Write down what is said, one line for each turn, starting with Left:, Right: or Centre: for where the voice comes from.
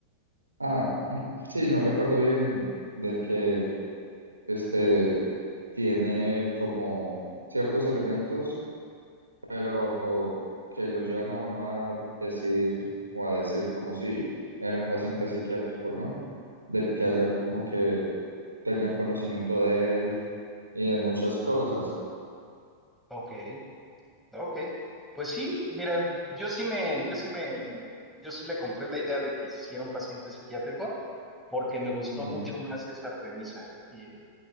Right: ah, <clears throat> sí, no recuerdo bien de que este tiene como ciertos elementos pero que lo llevan a uno a decidir o a decir como si era un paciente psiquiátrico, ¿no? De que haya como que tenían conocimiento de él y de muchas cosas.
Centre: Ok, ok. Pues sí, mira, yo, yo sí me, yo sí me, yo sí le compré la idea de que si era un paciente psiquiátrico, porque me gustó
Right: Ujú.
Centre: mucho más esa premisa. Y eh,